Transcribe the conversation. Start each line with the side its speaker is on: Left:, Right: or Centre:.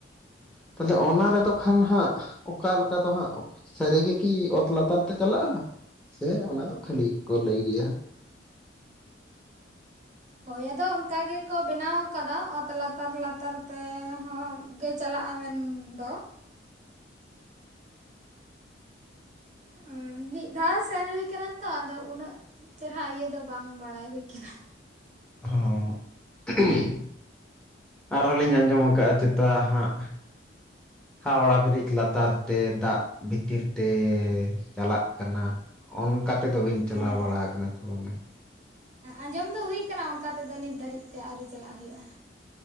Centre: ᱛᱟᱞᱦᱮ ᱚᱱᱟ ᱨᱮᱫᱚ ᱠᱷᱟᱱ ᱦᱟᱸᱜ ᱚᱠᱟ ᱞᱮᱠᱟ ᱫᱚ ᱦᱟᱸᱜ ᱚᱠᱟ ᱥᱟᱹᱨᱤ ᱜᱮ ᱠᱤ ᱚᱛ ᱞᱟᱛᱟᱨ ᱛᱮ ᱪᱟᱞᱟᱜ-ᱟ ᱥᱮ ᱚᱱᱟ ᱫᱚ ᱠᱷᱟᱹᱞᱤ ᱜᱮᱠᱚ ᱞᱟᱹᱭ ᱜᱮᱭᱟ ᱦᱟᱜ᱾
Right: ᱦᱚᱭ ᱟᱫᱚ ᱚᱱᱠᱟ ᱜᱮ ᱠᱚ ᱵᱮᱱᱟᱣ ᱟᱠᱟᱫᱟ ᱚᱛ ᱞᱟᱛᱟᱨ ᱞᱟᱛᱟᱨ ᱛᱮ ᱦᱚᱸ ᱪᱟᱞᱟᱜᱟ ᱢᱮᱱ ᱫᱚ, ᱩᱸ, ᱢᱤᱫ ᱫᱷᱟᱣ ᱥᱮᱱ ᱦᱩᱭ ᱠᱟᱱᱟ ᱛᱚ ᱟᱫᱚ ᱩᱱᱟᱹᱜ ᱪᱮᱨᱦᱟ ᱤᱭᱟᱹ ᱫᱚ ᱵᱟᱝ ᱵᱟᱲᱟᱭ ᱦᱩᱭ ᱠᱟᱱᱟ᱾
Centre: ᱦᱚ <unintelligible> ᱟᱨ ᱦᱚᱸ ᱞᱤᱧ ᱟᱸᱡᱚᱢ ᱟᱠᱟᱜ-ᱟ ᱪᱮᱛᱟ ᱦᱟᱸᱜ ᱦᱟᱣᱲᱟ ᱵᱤᱨᱤᱡ ᱞᱟᱛᱟᱨ ᱛᱮ ᱫᱟᱜ ᱵᱷᱤᱛᱤᱨ ᱛᱮ ᱪᱟᱞᱟᱜ ᱠᱟᱱᱟ᱾ ᱚᱱᱠᱟ ᱛᱮᱫᱚ ᱵᱤᱱ ᱪᱟᱞᱟᱣ
Right: ᱦᱮᱸ
Centre: ᱵᱟᱲᱟ ᱠᱟᱱᱟ ᱥᱮ ᱵᱟᱝᱟ?
Right: ᱟᱸᱡᱚᱢ ᱫᱚ ᱦᱩᱭ ᱠᱟᱱᱟ ᱚᱱᱠᱟ ᱛᱮᱫᱚ ᱱᱤᱛ ᱫᱷᱟᱹᱨᱤᱡ ᱛᱮ ᱟᱹᱣᱨᱤ ᱪᱟᱞᱟᱜ ᱦᱩᱭᱩᱜ-ᱟ᱾